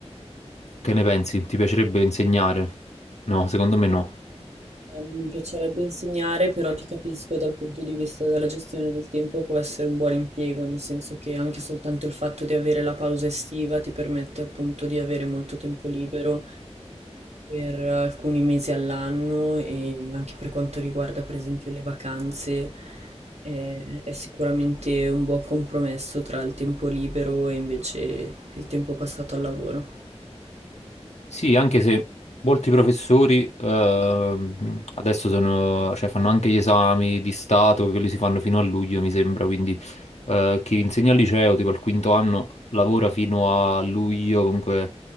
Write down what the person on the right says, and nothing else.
Eh, Mi piacerebbe insegnare, però ti capisco dal punto di vista della gestione del tempo può essere un buon impiego, nel senso che anche soltanto il fatto di avere la pausa estiva ti permette appunto di avere molto tempo libero per alcuni mesi all'anno e anche per quanto riguarda per esempio le vacanze eh, è sicuramente un buon compromesso tra il tempo libero e invece il tempo passato al lavoro.